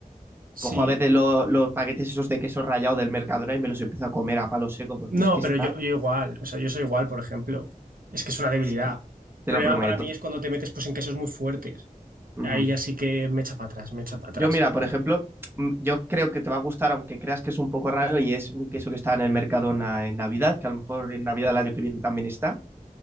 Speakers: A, on the right; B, on the right.
A: Sí.
B: Cojo a veces lo- los paquetes esos de queso rallado del Mercadona y me los empiezo a comer a palo seco porque
A: No,
B: es que
A: pero
B: está,
A: yo, yo igual. O sea, yo soy igual, por ejemplo. Es que es una debilidad.
B: es que
A: El
B: te
A: problema
B: lo prometo.
A: para mí es cuando te metes pues en quesos muy fuertes.
B: Ujú.
A: Ahí ya sí que me echa para atrás, me echa para atrás.
B: Yo mira, por ejemplo, mm, yo creo que te va a gustar, aunque creas que es un poco raro y es un queso que está en el Mercadona en Navidad, que a lo mejor en Navidad el año que viene también está